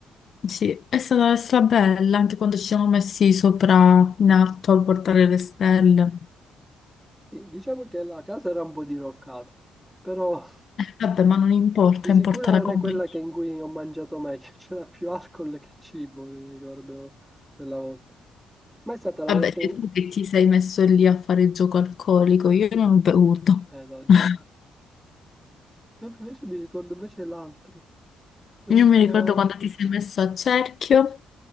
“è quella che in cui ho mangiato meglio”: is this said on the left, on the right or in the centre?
Centre